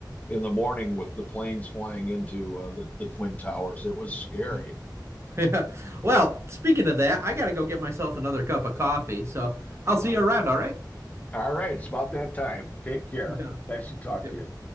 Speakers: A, on the left; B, on the right.
A: in the morning with the planes flying into uh, the, the Twin Towers. It was scary.
B: <laughs> Yeah. Well, speaking of that, I gotta go get myself another cup of coffee. So I'll see
A: Uh,
B: you around, all right?
A: all right, it's about that time. Take care.
B: Yeah,
A: Nice to talk
B: you too.
A: to you.